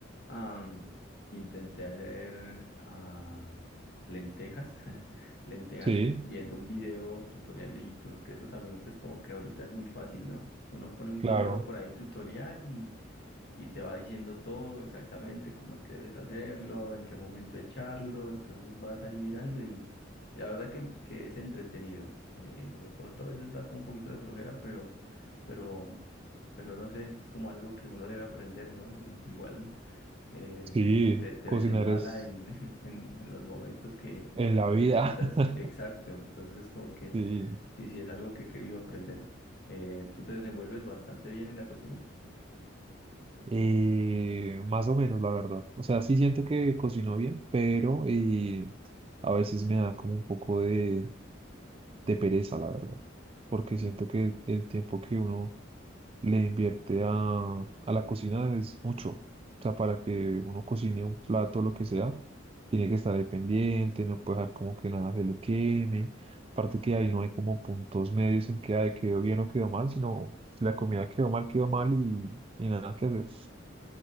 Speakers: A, on the left; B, on the right.
A: am, intenté hacer ah, lentejas, <laughs> lentejas
B: Sí,
A: viendo un video tutorial de YouTube, que eso también pues como que ahorita es muy fácil, ¿no? Uno pone un
B: claro.
A: video por ahí tutorial y te va diciendo todo exactamente, cómo es que debes hacerlo, en qué momento echarlo, entonces vas ahí mirando y, y la verdad que, que es entretenido. Eh, de pronto a veces da como un poquito de flojera, pero, pero, pero no sé, es como algo que uno debe aprender, ¿no? Igual eh,
B: Sí,
A: te, te, te
B: cocinar
A: desembala
B: es
A: en, <laughs> en, en los momentos que
B: en
A: a veces
B: la vida.
A: necesitas.
B: <laughs>
A: Exacto, entonces como que
B: Sí.
A: sí, sí es algo que he querido aprender. Eh, ¿tú te desenvuelves bastante bien en la cocina?
B: Eh, más o menos, la verdad. O sea, sí siento que cocino bien, pero eh, a veces me da como un poco de, de pereza, la verdad. Porque siento que el tiempo que uno le invierte a, a la cocina es mucho. O sea, para que uno cocine un plato lo que sea, tiene que estar ahí pendiente, no puede dejar como que nada se le queme. Aparte que ahí no hay como puntos medios en que ay, quedó bien o quedó mal, sino si la comida quedó mal, quedó mal y, y nada que hacer.